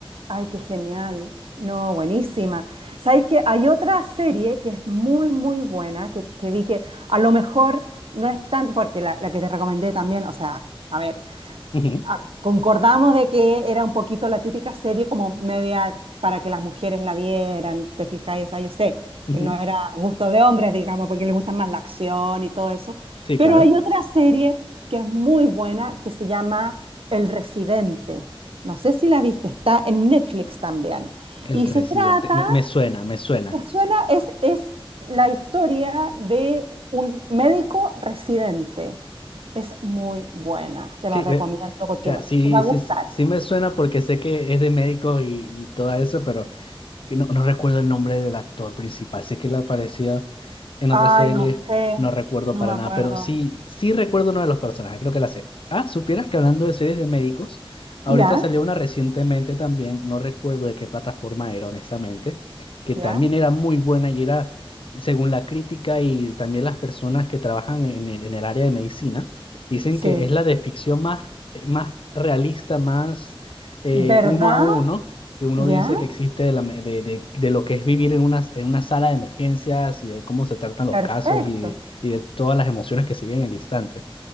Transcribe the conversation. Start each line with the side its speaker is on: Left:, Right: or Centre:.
Right: Ay, qué genial. No, buenísima. Sabéis que hay otra serie que es muy, muy buena, que, que vi que a lo mejor no es tan, porque la, la que te recomendé también, o sea, a ver,
Left: Ujú,
Right: ah, concordamos de que era un poquito la típica serie como media para que las mujeres la vieran, te fijáis, o sea, yo sé
Left: ujú.
Right: que no era gusto de hombres, digamos, porque les gusta más la acción y todo eso,
Left: Sí,
Right: pero
Left: claro.
Right: hay otra serie que es muy buena que se llama El Residente. No sé si la viste, está en Netflix también.
Left: El
Right: Y
Left: residente.
Right: se trata
Left: Me, me suena, me suena.
Right: me suena, es, es la historia de un médico residente. Es muy buena, te la
Left: Sí,
Right: recomiendo
Left: me- o
Right: porque
Left: sea,
Right: va-
Left: sí,
Right: te va a gustar.
Left: sí, sí sí me suena porque sé que es de médicos y, y todo eso, pero que no, no recuerdo el nombre del actor principal, sé que él aparecía en
Right: Ay,
Left: otra serie,
Right: no sé,
Left: no recuerdo
Right: no
Left: para
Right: me acuerdo.
Left: nada, pero sí, sí recuerdo uno de los personajes, creo que la sé. Ah, supieras que hablando de series de médicos, ahorita
Right: ¿Ya?
Left: salió una recientemente también, no recuerdo de qué plataforma era, honestamente, que
Right: ¿Ya?
Left: también era muy buena y era, según la crítica y también las personas que trabajan en el, en el área de medicina, dicen
Right: Sí.
Left: que es la de ficción más, eh, más realista, más eh,
Right: ¿Verdad?
Left: uno a uno que uno
Right: ¿Ya?
Left: dice
Right: Sí.
Left: que existe de, la me- de- de- de lo que es vivir en una, en una sala de emergencias y de cómo se tratan los
Right: Perfecto.
Left: casos y de, y de todas las emociones que siguen en el instante.